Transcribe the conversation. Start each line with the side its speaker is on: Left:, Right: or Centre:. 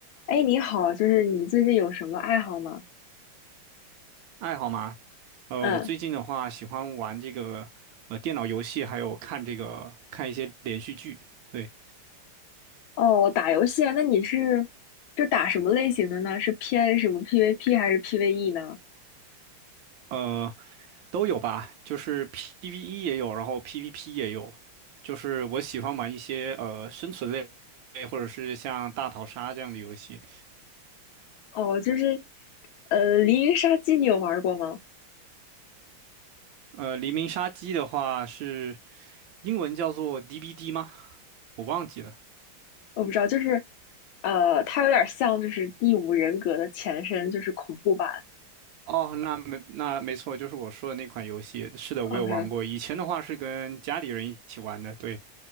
Left: 哎，你好，就是你最近有什么爱好吗？
Right: 爱好吗？呃，
Left: 嗯，
Right: 我最近的话喜欢玩这个呃电脑游戏，还有看这个看一些连续剧，对，
Left: 哦，打游戏啊，那你是就打什么类型的呢？是偏什么 PVP 还是 PVE 呢？
Right: 呃，都有吧，就是 PVE 也有，然后 PVP 也有，就是我喜欢玩一些呃生存类，或者是像大逃杀这样的游戏。
Left: 哦，就是呃，《黎明杀机》你有玩过吗？
Right: 呃，黎明杀机的话是英文叫做 DBD 吗？我忘记了。
Left: 我不知道，就是呃，它有点像就是《第五人格》的前身，就是恐怖版。
Right: 哦，那没那没错，就是我说的那款游戏。是的，
Left: OK，
Right: 我有玩过。以前的话是跟家里人一起玩的，对。